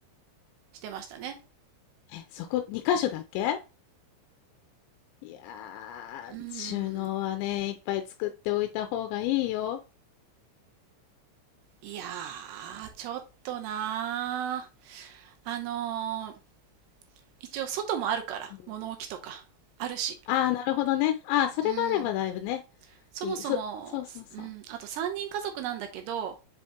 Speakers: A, on the right; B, on the left.
A: してましたね。
B: え、そこ2箇所だけいやー、
A: うーん。
B: 収納はね、いっぱい作っておいた方がいいよ。
A: いやー、ちょっとなー。あのー、一応外もあるから、
B: うん。
A: 物置とかあるし。
B: ああ、なるほどね。ああ、それがあればだいぶね、
A: うん。そもそも、
B: いい。そ、そうそうそ
A: うん、あと3人家族なんだけど、